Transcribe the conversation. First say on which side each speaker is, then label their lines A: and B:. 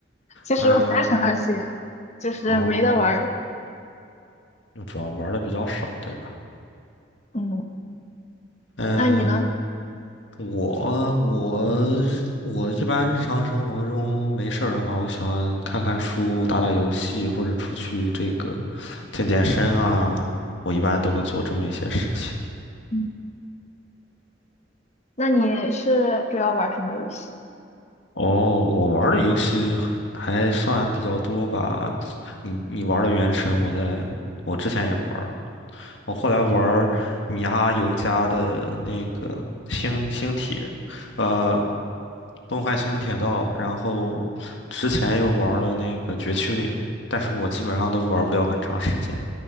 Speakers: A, on the left; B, on the left.
A: 其实我才很二次元了，
B: 嗯、
A: 就是没得玩儿。
B: 哦，就主要玩的比较少，对吧？
A: 嗯，
B: 嗯、
A: 那你呢？
B: 我我我一般日常生活中没事儿的话，我喜欢看看书、打打游戏，或者出去这个健健身啊，我一般都会做这么一些事情。
A: 嗯，那你是主要玩儿什么游戏？
B: 哦，我玩儿的游戏还算比较多吧。你你玩儿的《原神》，我在我之前也玩儿，我后来玩儿米哈游家的那个星星铁，呃，崩坏星铁道，然后之前又玩儿了那个绝区零，但是我基本上都玩儿不了很长时间。